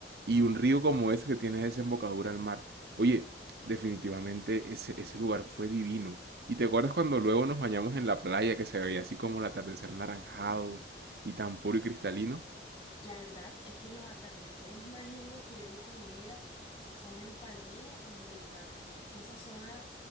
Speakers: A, on the right; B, on the left.
A: Y un río como ese que tiene desembocadura al mar. Oye, definitivamente ese, ese lugar fue divino. ¿Y te acuerdas cuando luego nos bañamos en la playa que se veía así como el atardecer naranjado y tan puro y cristalino?
B: La verdad es que los atardeceres más lindos que yo he visto en mi vida son en Palomino o en Buritaca. Es que esa zona,